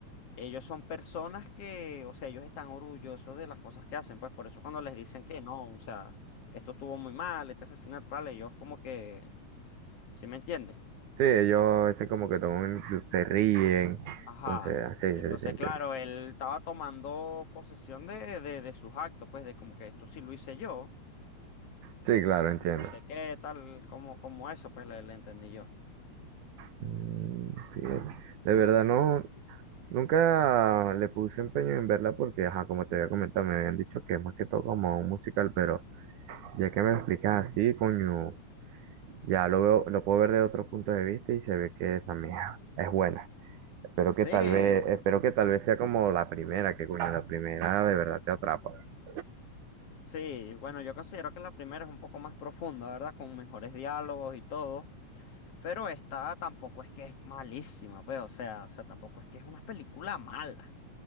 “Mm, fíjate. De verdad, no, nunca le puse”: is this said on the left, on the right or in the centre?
Right